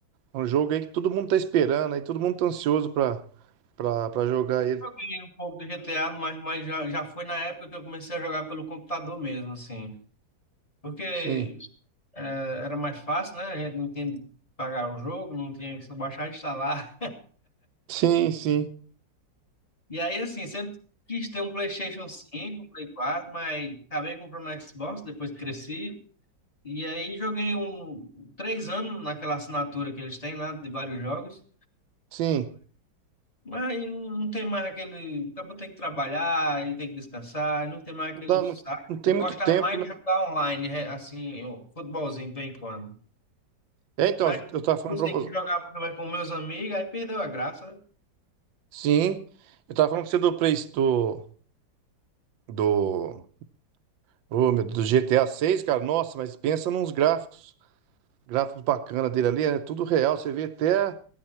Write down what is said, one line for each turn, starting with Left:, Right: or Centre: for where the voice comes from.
Right: É um jogo aí que todo mundo tá esperando, aí todo mundo tá ansioso pra, pra, pra jogar ele.
Left: Joguei um pouco do GTA, mas, mas já, já foi na época que eu comecei a jogar pelo computador mesmo, assim. Porque
Right: Sim.
Left: é, era mais fácil, né? A gente não tinha que pagar o jogo, não tinha que só baixar e instalar.
Right: Sim, sim.
Left: E aí, assim, sempre quis ter um PlayStation cinco, um Play 4, mas acabei comprando um Xbox, depois cresci. E aí joguei um, três anos naquela assinatura que eles têm lá de vários jogos.
Right: Sim.
Left: Mas não não tem mais aquele. Acabou tem que trabalhar e tem que descansar, não tem mais
Right: Não
Left: aquele
Right: dá muito-
Left: saco.
Right: não tem
Left: Eu
Right: muito
Left: gostava
Right: tempo,
Left: mais
Right: né?
Left: de jogar online, re- assim, eu, futebolzinho de vez em quando.
Right: É, então,
Left: Mas
Right: eu tava falando
Left: você
Right: pra você.
Left: que jogava mais com meus amigos, aí perdeu a graça. né?
Right: Sim. Eu tava falando pra você do Play do. Do. ô, meu, do GTA 6, cara. Nossa, mas pensa nos gráficos. Gráficos bacana dele ali. É tudo real. Você vê até